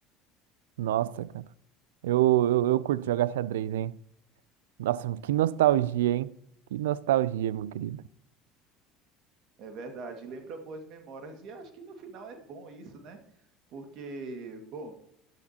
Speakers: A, on the right (about 85°); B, on the right (about 60°).
A: Nossa, cara. Eu, eu, eu curto jogar xadrez, hein? Nossa, que nostalgia, hein? Que nostalgia, meu querido.
B: É verdade, lembra boas memórias. E acho que no final é bom isso, né? Porque, bom,